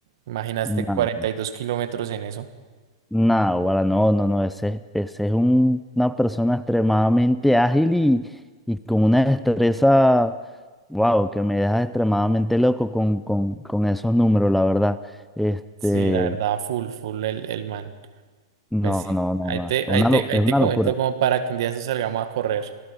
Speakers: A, on the right; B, in the centre.
A: Imaginaste
B: No,
A: 42 kilómetros en eso.
B: no, guara, no, no, no, ese, ese es un- una persona extremadamente ágil y, y con una destreza, wow, que me deja extremadamente loco con, con, con esos números, la verdad. Este,
A: Sí, la verdad, full, full el, el man.
B: no,
A: Pues sí,
B: no, no,
A: ahí
B: no,
A: te,
B: una,
A: ahí te,
B: lo-
A: ahí
B: es una
A: te comento
B: locura.
A: como para que un día de salgamos a correr.